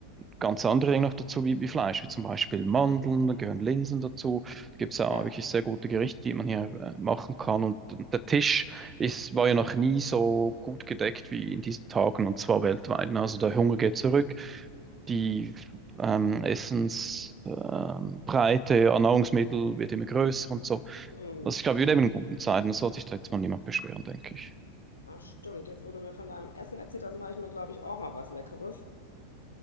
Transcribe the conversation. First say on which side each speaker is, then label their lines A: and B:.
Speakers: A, on the right (about 20°); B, on the left (about 75°).
A: ganz andere Dinge noch dazu, wie, wie Fleisch, wie zum Beispiel Mandeln, da gehören Linsen dazu. Da gibt es ja
B: Ja.
A: wirklich sehr gute Gerichte, die man hier äh, machen kann. Und der Tisch ist, war ja noch nie so gut gedeckt wie in diesen Tagen und zwar weltweit. Also der Hunger geht zurück. Die ähm, Essensbreite an Nahrungsmittel wird immer größer und so.
B: Hm.
A: Also ich glaube, wir leben in guten Zeiten. Da sollte sich da jetzt mal niemand beschweren, denke ich.
B: Ach, stimmt. Jetzt wurde mir von deinem Essen erzählt, das mache ich mir, glaube ich, auch mal was Leckeres.